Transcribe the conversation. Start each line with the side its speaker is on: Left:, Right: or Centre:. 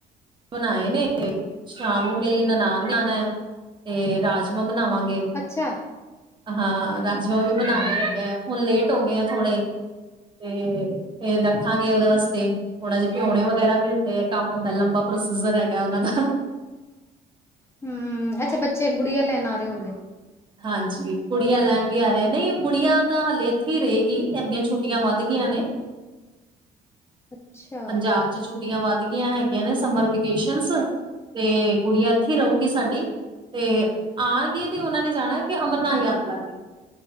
Right: ਬਣਾਏ ਨੇ ਤੇ ਸ਼ਾਮ ਨੂੰ ਮੇਰੀ ਨਨਾਨ ਨੇ ਆਣੇ ਤੇ ਰਾਜਮਾਂ ਬਣਾਵਾ, ਗੇ
Left: ਅੱਛਾ
Right: ਹਾਂ ਰਾਜਮਾਂ ਵੀ ਬਣਾਣੇ
Left: ਹੂੰ
Right: ਹੈਗੇ ਆ, ਹੁਣ ਲੇਟ ਹੋ ਗਏ ਆ ਥੋੜੇ ਤੇ ਫਿਰ ਰੱਖਾਂਗੇ ਉਹਦੇ ਵਾਸਤੇ, ਹੁਣ ਜੇ ਭਿਉਣੇ ਵਗੈਰਾ ਵੀ ਹੁੰਦੇ ਆ ਕੰਮ ਹੁੰਦਾ ਲੰਬਾ ਪ੍ਰੋਸੀਜਰ ਹੈਗਾ ਉਹਨਾਂ ਦਾ,
Left: ਹਮ ਅੱਛਾ ਬੱਚੇ ਗੁੜੀਆਂ ਲੈਣ ਆ ਰਹੇ ਹੋਣਗੇ,
Right: ਹਾਂਜੀ ਕੁੜੀਆਂ ਲੈਣ ਵੀ ਆ ਰਿਹਾ ਨਹੀਂ ਗੁੜੀਆਂ ਤਾਂ ਹਾਲੇ ਇੱਥੇ ਹੀ ਰਹੇਗੀ ਇਦੀਆਂ ਛੋਟੀਆਂ, ਛੁੱਟੀਆਂ ਵੱਧ ਗਈਆਂ ਨੇ
Left: ਅੱਛਾ
Right: ਪੰਜਾਬ ਚ ਛੁੱ ਵੱਧ ਗਿਆਂ ਹੈਗੀਆਂ ਨੇ ਸਮਰ ਵਿੱਚ, ਤੇ ਪੇਸ਼ਨਸ ਤੇ ਕੁੜੀਆਂ ਇੱਥੇ ਰਹੁਗੀ ਸਾਡੀ ਤੇ ਆਉਣਗੇ ਤੇ ਉਹਨਾਂ ਨੇ, ਜਾਣਾ ਕਿ ਅਮਰਨਾਥ ਯਾਤਰਾ ਤੇ